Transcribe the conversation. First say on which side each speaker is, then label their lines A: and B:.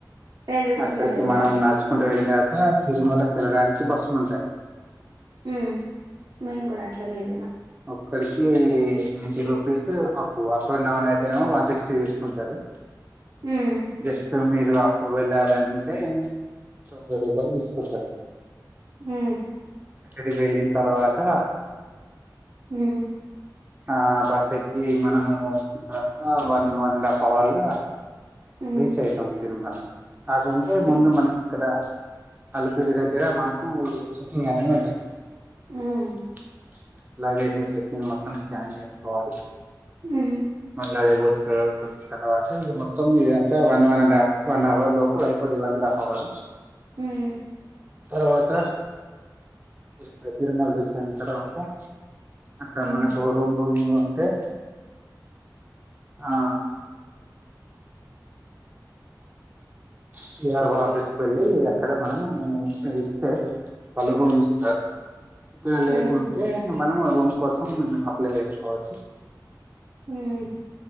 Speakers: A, on the right; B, on the right.
A: రైల్వే స్టేషన్
B: అక్కడికి
A: దగ్గర
B: మనం నడుచుకుంట వెళ్లినాక తిరుమలకి త వెళ్లడానికి బస్సులు ఉంటాయి.
A: ఉ మేము కూడా అట్లనే వెళ్ళేనం
B: అక్కడికి ninety rupees up up and down అయితే వన్ సిక్స్టీ తీసుకుంటారు.
A: హ్మ్.
B: జస్ట్ మీరు వెళ్ళాలంటే తొంభై రూపాయలు తీసుకుంటారు.
A: ఆ
B: అక్కడికి వెళ్ళిన తర్వాత
A: ఉ
B: ఆ బస్ ఎక్కి మనము ఇప్పుడంతా one one and half hour లో
A: హ్మ్.
B: రీచ్ అయితం తన్మళ <unintelligible> కాకుంటే
A: హ్మ్.
B: ముందు మనకి ఇక్కడ అలిపిరి దగ్గర మనకు చెకింగ్ అనేవి ఉంటాయి.
A: హ్మ్.
B: అ <unintelligible> అలాగే సక్కిన్ మొత్తం స్కాన్ చేసుకోవాలి.
A: హ్మ్.
B: మనలాగే బో కూర్చిన తర్వాత ఇక మొత్తం ఇదంటే one one and half one hour లోపల అయిపోది. వన్ అండ్ హాఫ్ అవర్
A: హ్మ్
B: తర్వాత తిరుపతి తిరుమల చిన తర్వాత స అక్కడమణ
A: హ్మ్.
B: కోర్వం పోగి అంటే ఆ సిఆర్ఓ ఆఫీస్ కు వెళ్ళి అక్కడ మనము ఇస్తే వాళ్ళు రూమ్ ఇస్తారు ఇక్కర
A: హ్మ్.
B: లేక్ ఉంటే మనం రూమ్ కోసం అప్లై చేసుకోవచ్చు
A: హ్మ్